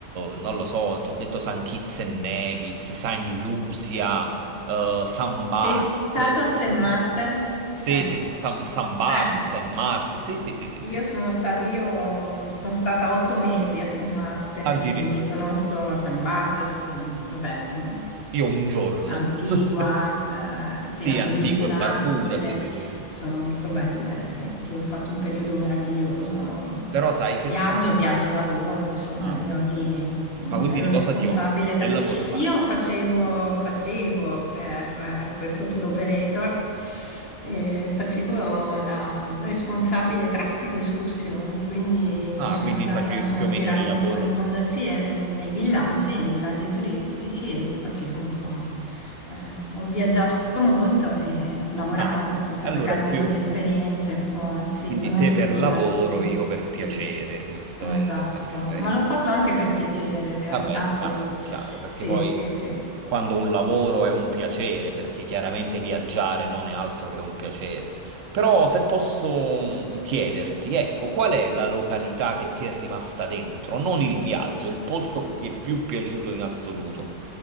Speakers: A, on the right; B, on the left.
A: non lo so, ti ho detto San Kitts e Nevis, Saint Lucia, eh, San Bart.
B: Sei stato a St.
A: Oh,
B: Martin?
A: sì,
B: Eh,
A: sì, San, San Bart,
B: eh.
A: San Marco. Sì, sì, sì, sì,
B: Io
A: sì.
B: sono stata, io mm, sono stata otto mesi a St. Martin,
A: Addirittura.
B: quindi conosco St. Barts, mm, vabbè, mm,
A: Io un giorno.
B: Antigua,
A: <laughs>
B: eh, sì,
A: Sì,
B: Anguilla,
A: antico e barbuta,
B: tutte le...
A: sì, sì, sì.
B: sono molto belle, sì. Lì ho fatto un periodo meraviglioso.
A: Però sai che
B: Viaggio,
A: c'è?
B: viaggio, lavoro, insomma,
A: Ah,
B: io lì mm,
A: ma quindi
B: ero
A: di cosa
B: responsabile.
A: ti occupi? Che
B: tra-
A: lavoro fai?
B: io facevo, facevo per eh, questo tour operator, eh, facevo la responsabile traffico escursioni, quindi
A: Ah,
B: sono
A: quindi
B: andata,
A: facevi
B: sono
A: più o meno
B: girata
A: il lavoro
B: un po' il mondo,
A: di...
B: sì, ero in- nei villaggi, nei villaggi turistici e facevo un po', eh, ho viaggiato molto e ho lavorato,
A: Ah, beh,
B: ho portato
A: allora
B: a casa
A: più...
B: un po' di esperienze, un po', sì,
A: Quindi
B: conosco
A: te per
B: i villaggi,
A: lavoro, io per
B: sì.
A: piacere, questa
B: Esatto,
A: è la differenza.
B: ma l'ho fatto anche per piacere, in realtà
A: Vabbè, è
B: poi
A: chiaro, è chiaro, perché
B: sì,
A: poi
B: sì, sì.
A: quando un lavoro è un piacere, perché chiaramente viaggiare non è altro che un piacere. Però se posso mm, chiederti, ecco, qual è la località che ti è rimasta dentro? Non il viaggio, il posto che ti è più piaciuto in assoluto